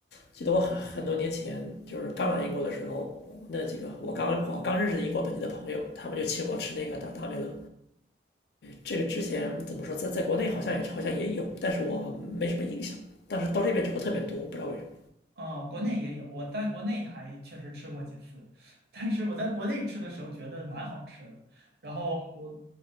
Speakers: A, on the left; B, on the right.
A: 记得我很很多年前就是刚来英国的时候，那几个我刚我刚认识的英国本地的朋友，他们就请我吃那个达达美乐。这个之前怎么说，在在国内好像也好像也有，但是我没什么印象。但是到这边之后特别多，不知道为什么。
B: 哦，国内也有，我在国内还确实吃过几次，但是我在国内吃的时候觉得蛮好吃的，然后我